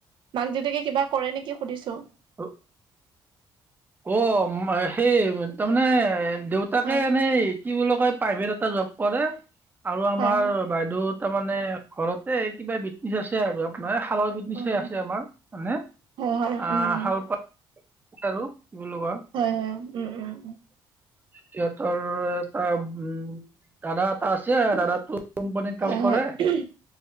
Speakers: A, on the right (about 70°); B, on the right (about 20°).
A: মাক দেউতাকে কিবা কৰে নেকি সুধিছো।
B: অ। অ সেই তাৰমানে দেউতাকে
A: হয়
B: এনেই কি বুলি কয় প্ৰাইভেট এটা জব কৰে, আৰু আমাৰ
A: হয় হয়
B: বাইদেউ তাৰ মানে ঘৰতে কিবা <unintelligible> নি আছে আৰু আপোনাৰ, শালৰবিধ নিচয়
A: উম
B: আছে আমাৰ। মানে
A: হয় হয়
B: আ
A: উম উম
B: শালপাত--! আৰু বোলোৱা।
A: হয় হয়, উম উম উম।
B: সিহঁতৰ এটা উম দাদা এটা আছে, দাদাটো কোম্পানীত কাম
A: এহে
B: কৰে
A: হেঃ, উহুম।